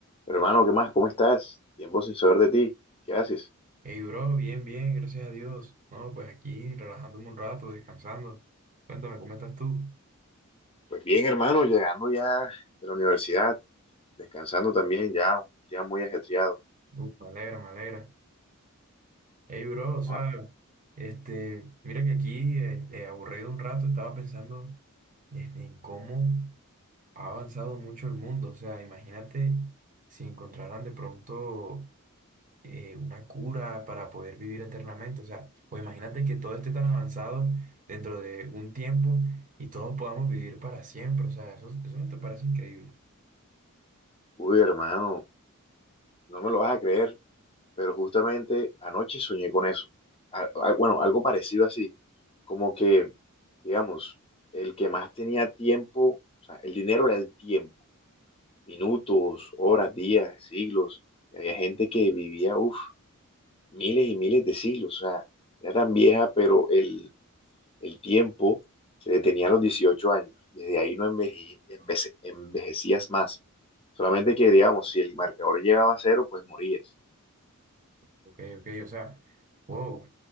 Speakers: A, on the left (about 25°); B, on the right (about 35°).
A: Hermano, ¿qué más? ¿Cómo estás? Tiempo sin saber de ti. ¿Qué haces?
B: Hey, bro, bien, bien, gracias a Dios. No, pues aquí relajándome un rato, descansando. Cuéntame, ¿cómo estás tú?
A: Pues bien, hermano, llegando ya de la universidad, descansando también, ya, ya muy ajetreado.
B: Uy, me alegra, me alegra. Hey, bro, o sea,
A: Ah,
B: este, mira que aquí, eh, eh, aburrido un rato, estaba pensando este, en cómo ha avanzado mucho el mundo. O sea, imagínate si encontraran de pronto eh, una cura para poder vivir eternamente. O sea, o imagínate que todo esté tan avanzado dentro de un tiempo y todos podamos vivir para siempre. O sea, eso, eso no te parece increíble.
A: Uy, hermano, no me lo vas a creer, pero justamente anoche soñé con eso. Al- al- bueno, algo parecido así, como que, digamos, el que más tenía tiempo, o sea, el dinero era el tiempo, minutos, horas, días, siglos, y había gente que vivía, uff. miles y miles de siglos, o sea, era tan vieja, pero el, el tiempo se detenía a los 18 años. Desde ahí no enveje- envece- envejecías más. Solamente que, digamos, si el marcador llegaba a cero, pues morías.
B: Ok, ok, o sea, wow.